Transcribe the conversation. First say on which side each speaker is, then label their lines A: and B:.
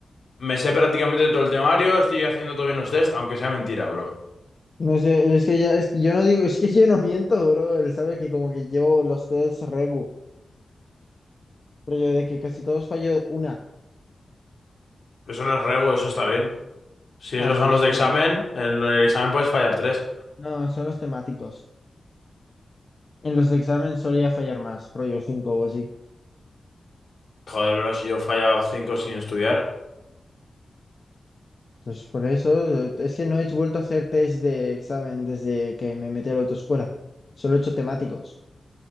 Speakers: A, on the left; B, on the left.
A: me sé prácticamente todo el temario, estoy haciendo todo bien los test, aunque sea mentira, bro.
B: No sé, es que ya, es que yo no digo, es que <laughs> yo no miento, bro, él sabe que como que llevo los tests regu, pero yo de que casi todos fallo una.
A: Eso no es rego, eso está bien. Si esos
B: Ah,
A: son
B: pues
A: los de examen,
B: eh,
A: en el examen puedes fallar tres.
B: No, son los temáticos. En los de examen solía fallar más, rollo 5 o así.
A: Joder, bro, si yo he fallado cinco sin estudiar.
B: Pues por eso, eh, es que no he vuelto a hacer test de examen desde que me metí a la autoescuela. Solo he hecho temáticos,